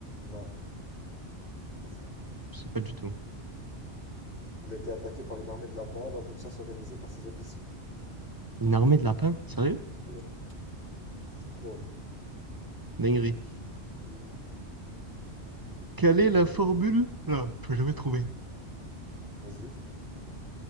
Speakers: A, on the left (about 70°); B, on the right (about 30°).
A: Non, pas ça.
B: Je sais pas du tout.
A: Il a été attaqué par une armée de lapins lors d'une chasse organisée par ses officiers.
B: Une armée de lapins? Sérieux?
A: Ouais. C'est trop drôle.
B: Dinguerie.
A: De ouf.
B: Quelle est
A: Attends,
B: la formule? Là, je vais jamais trouver.
A: vas-y.